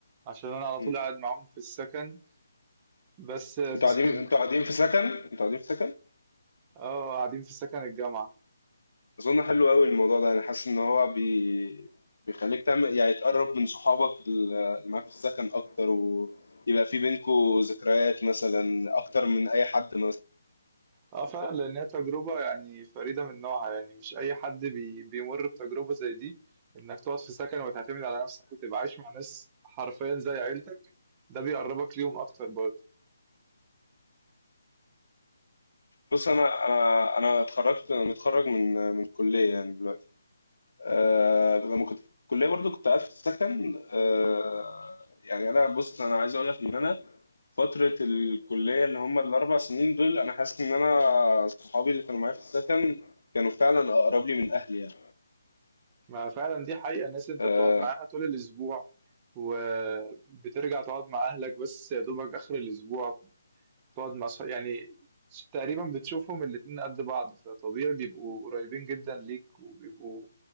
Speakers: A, on the right; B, on the left.
A: عشان انا على طول
B: مم.
A: قاعد معاهم في السكن بس في
B: انتوا
A: اسكندرية
B: قاعدين انتوا قاعدين في سكن انتوا قاعدين في سكن
A: اه قاعدين في سكن الجامعة
B: أظن حلو أوي الموضوع ده أنا حاسس إن هو بي... بيخليك تعمل يعني تقرب من صحابك اللي معاك في السكن أكتر ويبقى في بينكوا ذكريات مثلا أكتر من أي حد مثلا
A: اه فعلا لان هي تجربة يعني فريدة من نوعها يعني مش اي حد بي بيمر بتجربة زي دي انك تقعد في سكن وتعتمد على نفسك وتبقى عايش مع ناس حرفيا زي عيلتك ده بيقربك ليهم اكتر برضه
B: بص أنا أنا أنا اتخرجت متخرج من من الكلية يعني دلوقتي أه... لما كنت في الكلية برضو كنت قاعد في السكن أه... يعني أنا بص أنا عايز أقول لك إن أنا فترة الكلية اللي هم الأربع سنين دول أنا حاسس إن أنا صحابي اللي كانوا معايا في السكن كانوا فعلا أقرب لي من أهلي يعني.
A: ما فعلا دي حقيقة الناس اللي انت
B: آه،
A: بتقعد معاها طول الأسبوع وبترجع تقعد مع أهلك بس يا دوبك آخر الأسبوع تقعد مع صح... يعني تقريبا بتشوفهم الاتنين قد بعض فطبيعي بيبقوا قريبين جدا ليك وبيبقوا